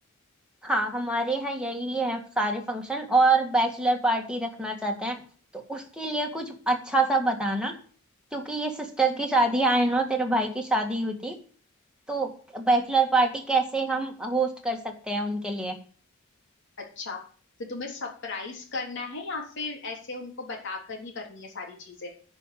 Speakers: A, in the centre; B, on the left (about 60°).
A: हाँ हमारे यहाँ यही है सारे फंक्शन और बैचलर पार्टी रखना चाहते हैं तो उसके लिए कुछ अच्छा सा बताना क्योंकि ये सिस्टर की शादी आई नो तेरे भाई की शादी हुई थी तो बैचलर पार्टी कैसे हम होस्ट कर सकते हैं उनके लिए
B: अच्छा तो तुम्हें सरप्राइज करना है या फिर ऐसे उनको बताकर ही करनी है सारी चीजें